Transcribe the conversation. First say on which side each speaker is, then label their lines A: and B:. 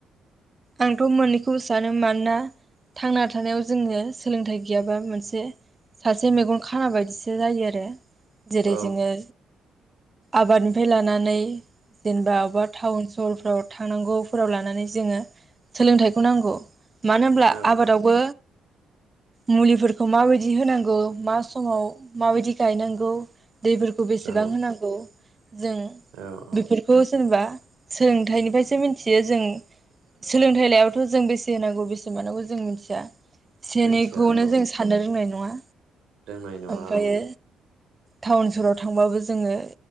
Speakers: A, on the right (about 25°); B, on the right (about 65°).
A: आंथ'मोननैखौबो सानो मानोना थांना थानायाव जोङो सोलोंथाइ गैयाबा मोनसे सासे मेगन खाना बायदिसो जायो आरो। जेरै
B: औ
A: जोङो आबादनिफ्राय लानानै जेनेबा अबबा टाउन सहरफ्राव थांनांगौफोराव लानानै जोङो सोलोंथाइखौ नांगौ। मानो होब्ला
B: औ
A: आबादावबो मुलिफोरखौ माबायदि होनांगौ मा समाव माबायदि गायनांगौ दैफोरखौ बेसेबां
B: औ
A: होनांगौ जों
B: औ औ
A: बेफोरखौ जेनेबा। सोलोंथाइनिफ्रायसो मिथियो जों। सोलोंथाइ लायथ जों बेसे होनांगौ बेसे मोनानांगौ जों मिथिया।
B: मिथिया
A: एनैखौनो
B: औ
A: जों साननो रोंनाय। नङा।
B: रोंनाय नङा
A: ओमफ्रायो
B: औ
A: टाउन सहराव थांबाबो जोङो